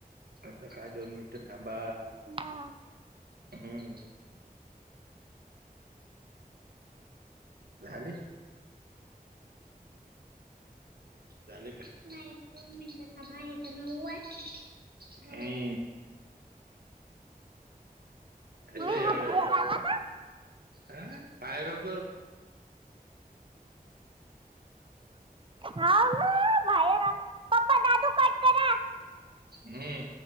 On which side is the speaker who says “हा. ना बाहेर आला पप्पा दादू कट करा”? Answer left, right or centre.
Right